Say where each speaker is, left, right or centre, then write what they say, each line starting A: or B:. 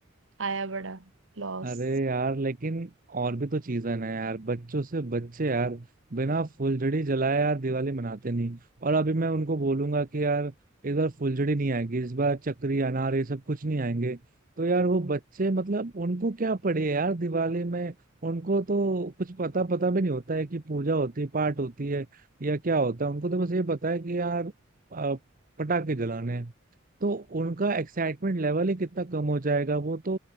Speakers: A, on the right; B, on the right.
A: आया बड़ा लॉस
B: अरे यार लेकिन और भी तो चीजें ना यार बच्चों से बच्चे यार बिना फुलझड़ी जलाए यार दिवाली मनाते नहीं और अभी मैं उनको बोलूंगा कि यार इस बार फुलझड़ी नहीं आएगी इस बार चक्री अनार ये सब कुछ नहीं आएंगे तो यार वो बच्चे मतलब उनको क्या पड़े यार दिवाली में उनको तो कुछ पता पता भी नहीं होता है कि पूजा होती है पाठ होती है या क्या होता है उनको तो बस ये पता है कि यार अ, पटाखे जलाने हैं। तो उनका एक्साइटमेंट लेवल ही कितना कम हो जाएगा वो तो